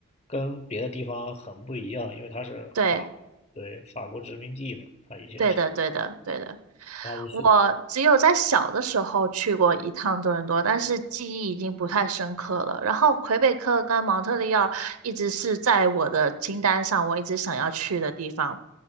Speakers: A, on the left; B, on the right.
A: 跟别的地方很不一样，因为它是法，
B: 对。
A: 对，法国殖民地嘛，它以前是，
B: 对的，对的，对的。
A: 它就是
B: 我只有在小的时候去过一趟多伦多，但是记忆已经不太深刻了。然后魁北克跟蒙特利尔一直是在我的清单上，我一直想要去的地方。